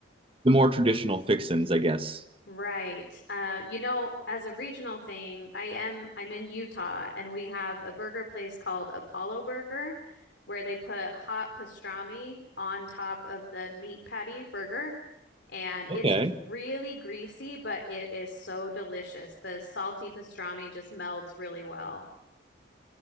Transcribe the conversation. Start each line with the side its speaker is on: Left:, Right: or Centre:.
Right: the more traditional fixins, I guess.
Left: Right. Uh, you know, as a regional thing, I am I'm in Utah and we have a burger place called Apollo Burger where they put hot pastrami on top of the meat patty burger and
Right: Okay.
Left: it's really greasy, but it is so delicious. The salty pastrami just melds really well.